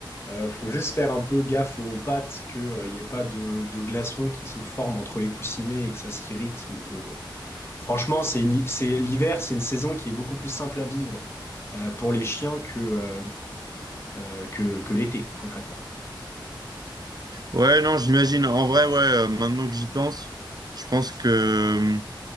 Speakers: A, on the left; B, on the right.
A: Euh, faut juste faire un peu gaffe aux pattes, qu'il n'y ait pas de, de glaçons qui se forment entre les coussinets et que ça s'irrite. Mais bon, euh, franchement, c'est une- c'est l'hiver, c'est une saison qui est beaucoup plus simple à vivre euh, pour les chiens que, euh, euh, que, que l'été, concrètement.
B: Ouais, non, j'imagine. En vrai, ouais, euh, maintenant que j'y pense, je pense que hum,